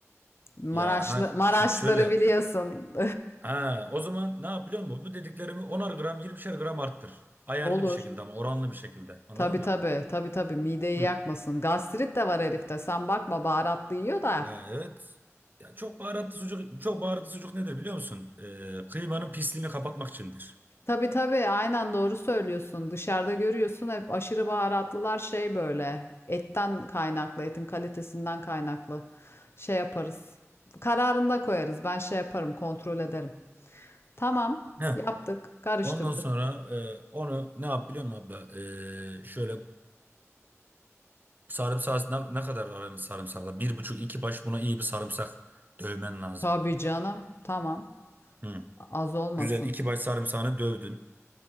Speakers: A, on the left (about 50°); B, on the right (about 35°).
A: Maraşlı
B: Ya ha,
A: Maraşları
B: şimdi şöyle
A: biliyorsun.
B: Ha, o zaman ne yap biliyor musun? Bu dediklerimi onar gram yirmişer gram arttır. Ayarlı
A: <laughs> Olur.
B: bir şekilde ama oranlı bir şekilde. Anladın
A: Tabii
B: mı?
A: tabii tabii tabii mideyi
B: Hı.
A: yakmasın. Gastrit de var herifte. Sen bakma baharatlı yiyor da
B: Ya evet. Ya çok baharatlı sucuk çok baharatlı sucuk nedir biliyor musun? Ee, kıymanın pisliğini kapatmak içindir.
A: Tabii tabii aynen doğru söylüyorsun. Dışarıda görüyorsun hep aşırı baharatlılar şey böyle. Etten kaynaklı, etin kalitesinden kaynaklı. Şey yaparız. Kararında koyarız. Ben şey yaparım, kontrol ederim. Tamam,
B: Heh.
A: yaptık, karıştırdık.
B: Ondan sonra e, onu ne yap biliyor musun abla? Ee, şöyle sarımsak ne, ne kadar aranız sarımsakla? Bir buçuk iki baş buna iyi bir sarımsak dövmen lazım.
A: Tabii canım, tamam.
B: Hı.
A: Az olmasın.
B: Güzel iki baş sarımsağını dövdün.